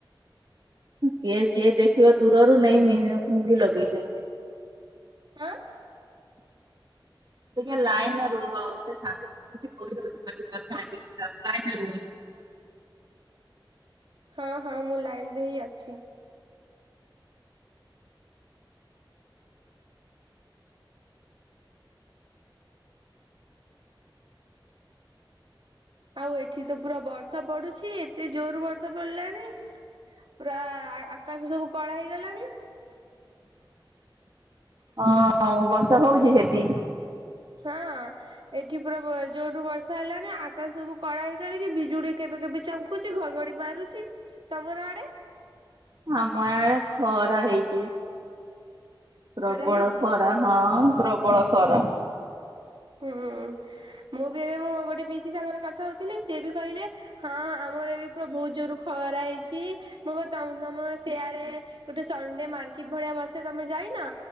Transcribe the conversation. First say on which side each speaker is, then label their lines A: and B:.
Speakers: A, on the right (about 55°); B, on the right (about 70°).
A: କିଏ ଯିଏ ଦେଖିବ ଦୂରରୁ ନାଇଁ ମ ମେହନ୍ଦି ଲଗେଇଛନ୍ତି।
B: ଆଁ
A: ଟିକେ ଲାଇନ ରୁହଉ ଗୋଟେ ସାଙ୍ଗକୁ କିଛି ଖୋଇଦୋଉଚି। ପଛେ କଥା ହେବି ଲାଇନ ରୁହ।
B: ହଁ ହଁ ମୁଁ ଲାଇନ ରେ ହିଁ ଅଛି। ଆଉ ଏଠି ତ ପୁରା ବର୍ଷା ପଡୁଛି ଏତେ ଜୋର ବର୍ଷା ପଡିଲାଣି। ପୁରା ଆକାଶ ସବୁ କଳା ହେଇଗଲାଣି।
A: ହଁ ବର୍ଷା ହଉଛି ସେଠି।
B: ହଁ ଏଠି ପୁରା ଜୋରୁ ବର୍ଷା ହେଲାନି। ଆକାଶ ସବୁ କଳା ହେ କରିକି ବିଜୁଳି କେବେ କେବେ ଚଂକୁଚି ଘଘଡି ମାରୁଛି। ତମର ଆଡେ
A: ଆମ ଏଡେ ଖରା ହେଇଛି। ପ୍ରବଳ
B: ଖରା ହେଇଛି?
A: ଖରା ହଁ ପ୍ରବଳ ଖରା।
B: ହୁଁ ମୁଁ ବି ଏବେ ମୋ ଗୋଟେ ପିସି ସାଙ୍ଗରେ କଥା ହଉଥିଲି। ସିଏ ବି କହିଲେ ହଁ ଆମର ଏ ବି ପୁରା ବହୁତ ଜୋର। ଖରା ହେଇଛି ମୁଁ କ ତ ତମ ସେଆଡେ। ଗୋଟେ ସନ୍ଦ୍ ମାର୍କେଟ ଭଳିଆ ବସେ ତମେ ଯାଇନା